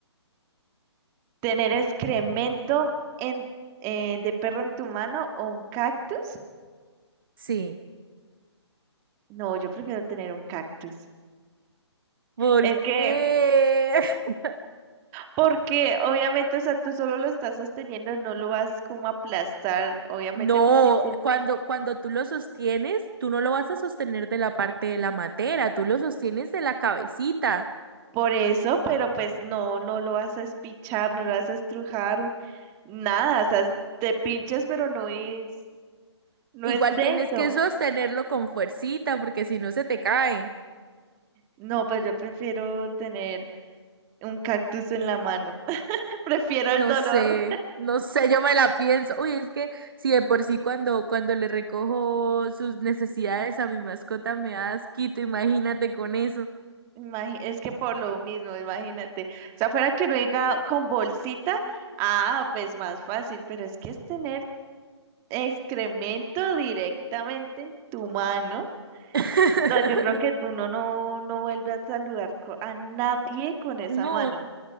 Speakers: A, on the right; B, on the right.
A: tener excremento en, eh, de perro en tu mano o un cactus.
B: Sí.
A: No, yo prefiero tener un cactus.
B: ¿Por
A: Es que,
B: qué? <laughs>
A: porque obviamente, o sea, tú solo lo estás sosteniendo, no lo vas como a aplastar. Obviamente,
B: No,
A: pues sí te-
B: cuando, cuando tú lo sostienes, tú no lo vas a sostener de la parte de la matera, tú lo sostienes de la cabecita.
A: por eso, pero pues no, no lo vas a espichar, no lo vas a estrujar, nada. O sea, es- te pinchas, pero no es, no
B: Igual
A: es denso.
B: tienes que sostenerlo con fuercita porque si no se te cae.
A: No, pues yo prefiero tener un cactus en la mano. Prefiero
B: No
A: el dolor.
B: sé, no sé, yo me la pienso. Uy, es que si de por sí cuando, cuando le recojo sus necesidades a mi mascota me da asquito, imagínate con eso.
A: Imagi- Es que por lo mismo, imagínate. O sea, fuera que uno diga con bolsita, ah, pues más fácil, pero es que es tener excremento directamente en tu mano.
B: <laughs>
A: No, yo creo que tú no, no, no vuelves a saludar co- a nadie con esa
B: No,
A: mano